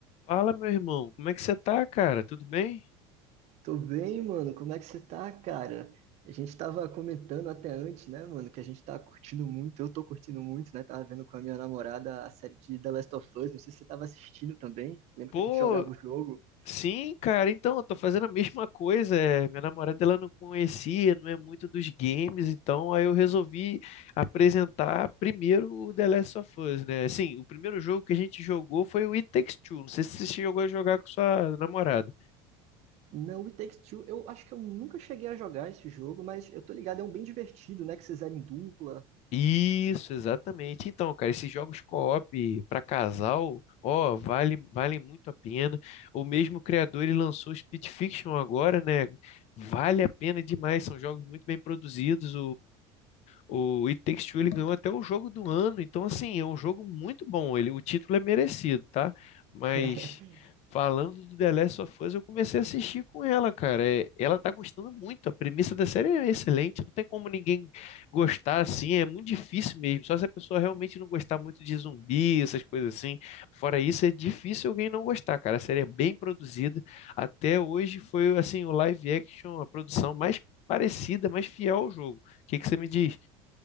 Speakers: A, on the left; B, on the right.
A: Fala, meu irmão, como é que você tá, cara? Tudo bem?
B: Tô bem, mano. Como é que você tá, cara? A gente tava comentando até antes, né, mano, que a gente tá curtindo muito. Eu tô curtindo muito, né? Tava vendo com a minha namorada a série de The Last of Us. Não sei se você tava assistindo também. Lembra
A: Pô,
B: que a gente jogava o jogo?
A: sim, cara, então, eu tô fazendo a mesma coisa. é, Minha namorada, ela não conhecia, não é muito dos games, então aí eu resolvi apresentar primeiro o The Last of Us, né? Assim, o primeiro jogo que a gente jogou foi o It Takes Two. Não sei se você chegou a jogar com sua namorada.
B: Não, It Takes Two. Eu acho que eu nunca cheguei a jogar esse jogo, mas eu tô ligado, é um bem divertido, né? Que vocês eram em dupla.
A: Isso, exatamente. Então, cara, esses jogos co-op para casal, ó, vale, valem muito a pena. O mesmo criador, ele lançou o Split Fiction agora, né? Vale a pena demais, são jogos muito bem produzidos. O It Takes Two ele ganhou até o jogo do ano, então assim, é um jogo muito bom. Ele, o título é merecido, tá? Mas
B: <laughs>
A: falando do The Last of Us, eu comecei a assistir com ela, cara. É, ela tá gostando muito. A premissa da série é excelente, não tem como ninguém gostar assim, é muito difícil mesmo. Só se a pessoa realmente não gostar muito de zumbi, essas coisas assim. Fora isso, é difícil alguém não gostar, cara. A série é bem produzida. Até hoje foi assim, o live action, a produção mais parecida, mais fiel ao jogo. O que que você me diz?